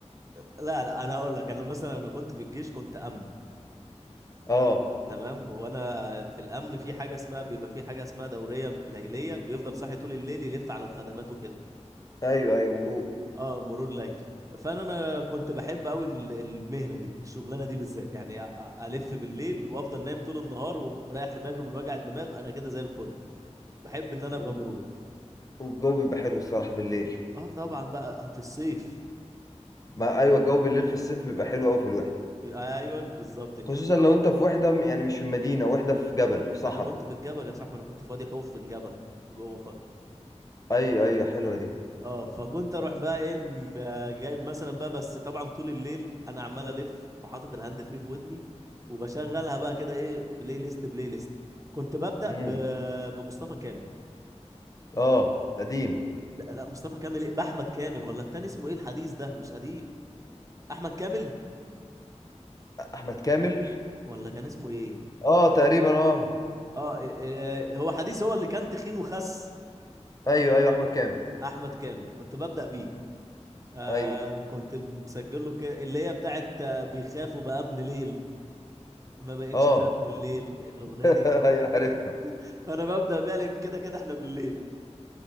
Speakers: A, on the right; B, on the left.
A: لا لا انا اقول لك انا مثلا انا كنت في الجيش كنت امن
B: <laughs> اه
A: تمام وانا في الامن في حاجه اسمها بيبقى في حاجه اسمها دوريه م- ليليه بيفضل صاحي طول الليل يلف على الخدمات وكده
B: ايوه ايوه مروق
A: اه مرور ليلي فانا انا كنت بحب قوي المهنه دي الشغلانه دي بالذات يعني أ- أ- الف بالليل وافضل نايم طول النهار ومريح دماغي من وجع الدماغ انا كده زي الفل بحب ان انا ابقى
B: وال-
A: مرور
B: والجو بيبقى حلو الصراحه بالليل
A: اه طبعا بقى في الصيف
B: ما ايوه الجو بالليل في الصيف بيبقى حلو قوي في الوحده
A: ايوه بالظبط كده
B: خصوصا لو انت في وحده م- يعني مش في مدينه وحده في جبل في صحراء
A: انا كنت في الجبل يا صاحبي انا كنت فاضي حوف في الجبل جوه خالص
B: ايوه ايوه حلوه دي
A: اه فكنت اروح بقى ايه م- آه، جايب مثلا بقى بس طبعا طول الليل انا عمال الف وحاطط الهاند فري في ودني وبشغلها بقى كده ايه بلاي ليست بلاي ليست كنت ببدأ
B: امم
A: ب... بمصطفى كامل
B: اه قديم
A: لا لا مصطفى كامل ايه باحمد كامل ولا التاني اسمه ايه الحديث ده مش قديم احمد كامل
B: احمد كامل
A: ولا كان اسمه ايه
B: اه تقريبا اه
A: اه إيه- إيه، هو حديث هو اللي كان تخين وخس
B: ايوه ايوه احمد كامل
A: احمد كامل كنت ببدأ بيه آه
B: اي
A: كنت مسجل له ك... اللي هي بتاعت آه، بيخاف وبقى ابن ليل ما بقتش
B: اه
A: اخاف من الليل الاغنيه
B: <laughs>
A: دي ك-
B: ايوه عارفها
A: <laughs> فانا ببدا بيها لان كده كده احنا بالليل